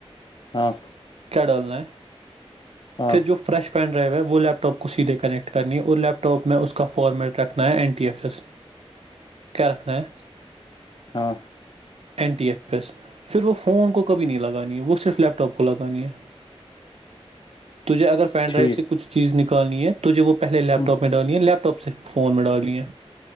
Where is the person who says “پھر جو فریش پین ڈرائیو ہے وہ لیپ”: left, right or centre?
Right